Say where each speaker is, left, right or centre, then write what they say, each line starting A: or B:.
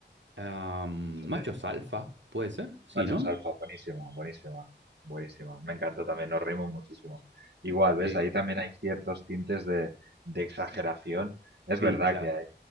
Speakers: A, on the right; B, on the right.
A: Am,
B: Sí,
A: machos alfa, ¿puede ser? Sí,
B: Machos
A: ¿no?
B: Alfa, buenísima, buenísima, buenísima. Me encantó también, nos reímos muchísimo. Igual, ¿ves?
A: Sí,
B: Ahí también hay ciertos tintes de, de exageración. Es
A: sí,
B: verdad
A: claro.
B: que hay,